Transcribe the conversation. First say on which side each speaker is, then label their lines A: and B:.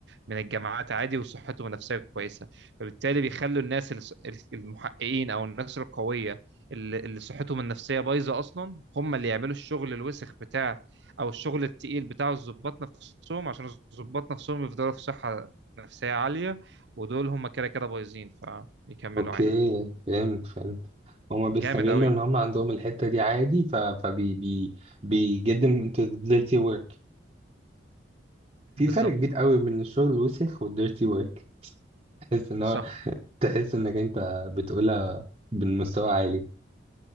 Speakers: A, on the right (about 65°); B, on the right (about 30°).
A: من الجامعات عادي وصحتهم النفسيه كويسه فبالتالي بيخلوا الناس اللي ص- المحققين او الناس القويه اللي اللي صحتهم النفسيه بايظه اصلا هم اللي يعملوا الشغل الوسخ بتاع او الشغل التقيل بتاع الضباط نفسهم عشان الضباط نفسهم يفضلوا في صحه نفسيه عاليه ودول هم كده كده بايظين فبيكملوا
B: اوكي
A: عادي
B: فهمت فهمت هما بيستغلوا
A: جامد قوي
B: ان هما عندهم الحتة دي عادي ف فبي بي بي get them into the dirty work في
A: بالظبط
B: فرق كبير قوي بين الشغل الوسخ وال dirty work تحس ان
A: صح
B: هو تحس انك انت بتقولها بمستوى عالي